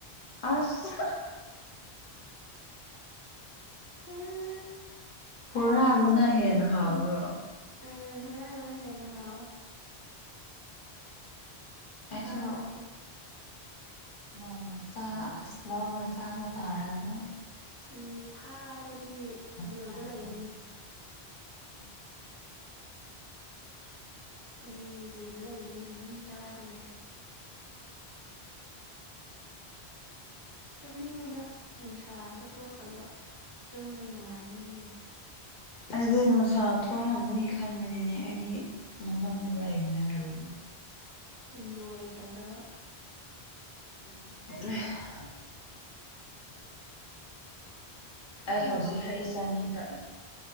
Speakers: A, on the left; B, on the right.
A: ꯑꯁ
B: <unintelligible>
A: ꯍꯨꯔꯥꯟꯕꯅ ꯍꯦꯟꯅ ꯍꯥꯎꯕ꯭ꯔꯣ
B: ꯎꯝ ꯍꯨꯔꯥꯟꯕꯅ ꯍ‌ꯦꯟꯅ ꯍꯥꯎꯋꯦ <unintelligible>
A: ꯑꯩꯁꯨ ꯅꯣꯡꯃ ꯆꯥ ꯑꯁ ꯂꯧꯔꯒ ꯆꯥꯕ ꯇꯥꯔꯕꯣ
B: ꯎꯝ ꯐꯥꯔꯗꯤ ꯖꯦꯜꯗ
A: ꯇ꯭ꯔꯥꯏ
B: ꯂꯩꯒꯅꯤ꯫
A: ꯇꯧ <unintelligible>
B: ꯎꯝ ꯃꯤꯖꯦꯜꯗ ꯂꯩꯕꯅꯤꯅ ꯑꯗꯨꯝ ꯆꯥꯔꯂꯦ ꯇꯨꯝꯅꯤꯡꯉꯦꯗ ꯅꯨꯡꯁꯥꯁꯨ ꯊꯣꯛꯇꯕ ꯇꯨꯝꯕ ꯅꯨꯡꯉꯥꯏꯒꯅꯤꯅꯦ꯫
A: ꯑꯩꯗꯤ ꯅꯨꯡꯁꯥ ꯊꯣꯛꯂꯝꯒꯅꯤ ꯈꯟꯕꯅꯤꯅꯦ ꯑꯩꯗꯤ ꯃꯅꯨꯡꯗ ꯂꯩꯕꯅꯦ ꯔꯨꯝ
B: ꯋꯤꯟꯗꫭ ꯂꯩꯇꯕ꯭ꯔꯕ꯫
A: <unintelligible>
B: ꯊꯣꯡ
A: ꯑꯩ ꯍꯧꯖꯤꯛ
B: ꯍꯥꯡꯉꯒ
A: ꯍꯩ
B: ꯌꯦꯡꯉꯨꯅ
A: ꯆꯥꯅꯤꯡꯔꯛꯑꯦ